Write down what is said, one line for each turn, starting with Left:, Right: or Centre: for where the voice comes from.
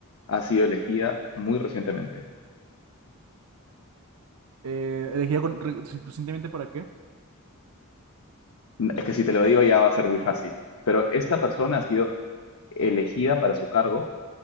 Left: ha sido elegida muy recientemente.
Right: Eh, elegida con- re- recientemente para qué?
Left: Es que si te lo digo ya va a ser muy fácil, pero esta persona ha sido elegida para su cargo